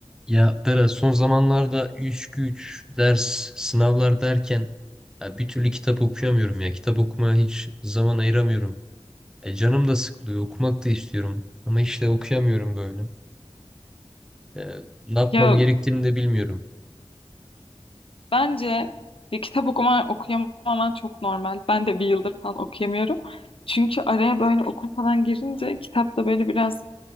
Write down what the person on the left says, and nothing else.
Ya
bence bir kitap okuma okuyamaman çok normal. Ben de bir yıldır falan okuyamıyorum. Çünkü araya böyle okul falan girince kitap da böyle biraz